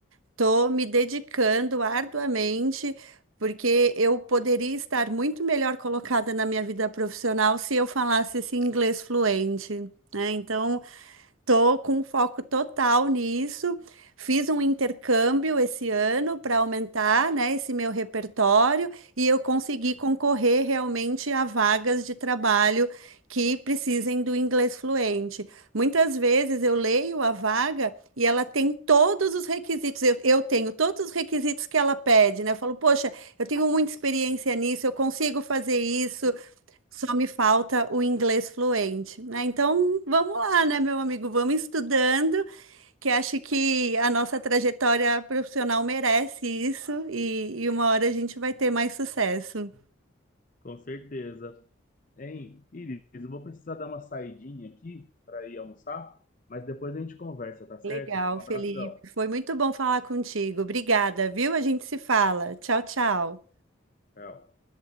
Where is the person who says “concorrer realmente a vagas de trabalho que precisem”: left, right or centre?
Right